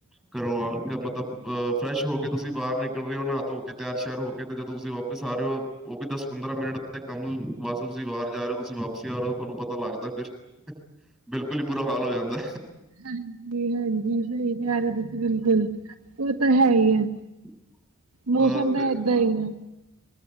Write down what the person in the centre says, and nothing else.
ਕਰੋ ਮਤਲਬ ਅਹ ਫਰੈਸ਼ ਹੋ ਕੇ ਤੁਸੀਂ ਬਾਹਰ ਨਿਕਲ ਰਹੇ ਹੋ ਨਹਾ ਤਹੋ ਕੇ ਤਿਆਰ ਸ਼ਿਆਰ ਹੋ ਕੇ ਤੇ ਜਦੋਂ ਤੁਸੀਂ ਓ ਪਸਾਰੋ <unintelligible> ਉਹ ਵੀ ਦਸ ਪੰਦਰਾਂ ਮਿੰਟ ਦੇ ਕੰਮ ਵਾਸ ਤੁਸੀਂ ਬਾਹਰ ਜਾ ਰਹੇ ਓ ਤੁਸੀਂ ਵਾਪਸੀ ਆ ਰਹੇ ਓ ਤੁਹਾਨੂੰ ਪਤਾ ਲੱਗਦਾ ਕਿਸ਼ ਬਿਲਕੁਲ ਈ ਬੁਰਾ ਹਾਲ ਹੋ ਜਾਂਦੈ
<inaudible>
ਤੇ